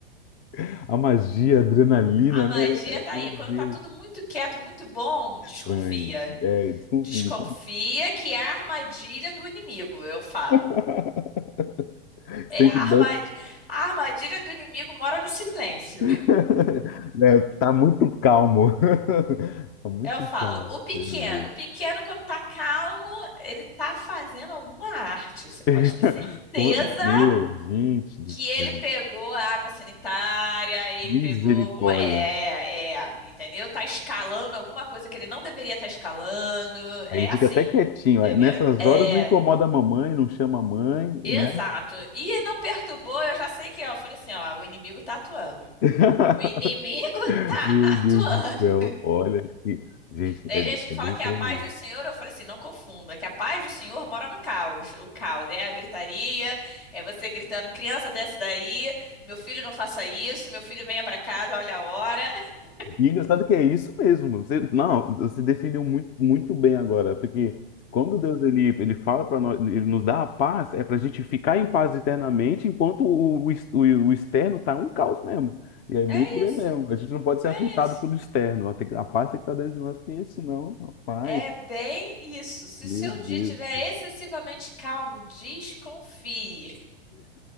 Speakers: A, on the left; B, on the left.
A: <laughs> a magia, a adrenalina,
B: A magia
A: né? É,
B: tá
A: meu
B: aí.
A: Deus,
B: Quando tá tudo muito quieto, muito bom, desconfia.
A: estranho. É, desconfio.
B: Desconfia que é a armadilha do inimigo, eu falo.
A: <laughs>
B: É,
A: Sempre
B: a
A: bem.
B: armadilha, a armadilha do inimigo mora no silêncio.
A: <laughs> né, Tá muito calmo. <laughs> Tá muito
B: Eu falo,
A: calmo.
B: o pequeno,
A: Meu Deus.
B: o pequeno quando tá calmo, ele tá fazendo alguma arte. Você pode
A: <laughs>
B: ter certeza
A: Como- Meu, gente do
B: que
A: céu.
B: ele pegou a água sanitária, ele
A: Misericórdia.
B: pegou alguma, é, é, entendeu? Tá escalando alguma coisa que ele não deveria estar escalando. É
A: Aí ele
B: assim,
A: fica até quietinho.
B: entendeu?
A: Aí, Nessas
B: É,
A: horas não incomoda a mamãe, não chama a mãe,
B: exato.
A: né?
B: E não perturbou, eu já sei que, ó, eu falei assim, ó, o inimigo tá atuando.
A: <laughs>
B: O inimigo <laughs> tá
A: Meu
B: atuando.
A: Deus do céu. Olha que. Gente,
B: Tem
A: é, é
B: gente que fala
A: bem
B: que
A: tremendo.
B: é a paz do Senhor, eu falei assim, não confunda, que a paz do Senhor mora no caos. O caos é a gritaria, é você gritando, criança desce daí, meu filho não faça isso, meu filho venha pra casa, olha a hora. <laughs>
A: E engraçado que é isso mesmo. Você, não, você definiu muito, muito bem agora, porque quando Deus ele, ele fala para nós, ele nos dá a paz, é para a gente ficar em paz eternamente, enquanto o, o, ex- o, o externo tá um caos mesmo. E é bem
B: É
A: por
B: isso,
A: aí mesmo. A gente não pode
B: é
A: ser afetado
B: isso.
A: pelo externo. A, tem- que- a paz tem que estar dentro de nós, porque senão, rapaz,
B: É bem isso. Se
A: meu
B: seu
A: Deus.
B: dia estiver
A: do céu.
B: excessivamente calmo, desconfie.